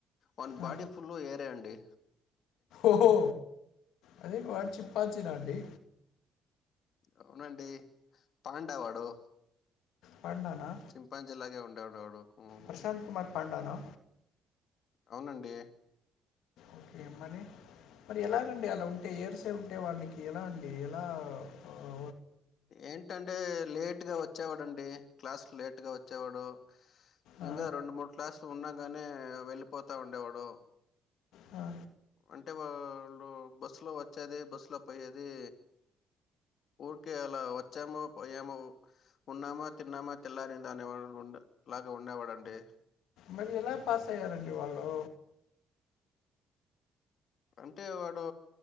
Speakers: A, on the left; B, on the left.
A: వని
B: ఆ,
A: బాడీ ఫుల్ ఏరేయండి
B: ఓహో అదే వన్ చింపంజినా అండి
A: అవునండి పాండ వాడు
B: పండానా
A: చింపాన్జిలా గే ఉండేవాడు వాడు హ్మ్
B: ప్రశాంత్ కుమార్ పాండానా
A: అవునండి
B: ఓకే మరి మరి ఎలాఅండి అలా ఉంటే ఎర్సే ఉంటే వాడికి ఎలా అండి ఎలా ఆ
A: ఏంటంటే లేట్గా వచ్ వచ్చేవాడుండి క్లాస్ లేట్గా వచ్చేవాడు
B: ఆ!
A: ఇంగ రెండు మూడ్ క్లాస్ ఉన్నాగాని వెళ్ళిపోతా ఉండేవాడు
B: ఆ
A: అంటే వాళడు బస్సులో వచ్చేది బస్సులో పోయేది ఊరికే అలా వచ్చామ పోయామా ఉన్నామా తిన్నామా తెల్లారిందా అనే వాడు లాగా ఉండేవాడండి
B: మరి ఎలా పాస్ అయ్యారండి వాళ్ళు
A: అంటే వాడు